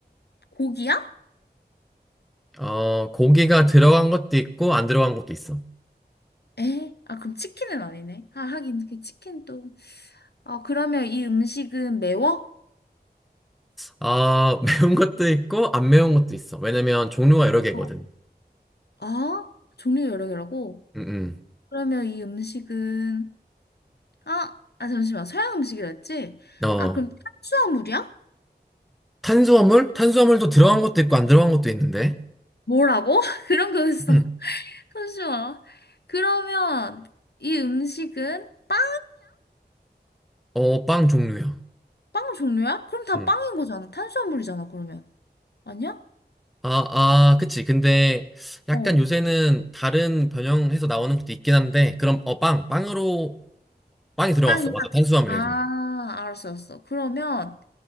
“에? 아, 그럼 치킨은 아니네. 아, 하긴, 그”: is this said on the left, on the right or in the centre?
Left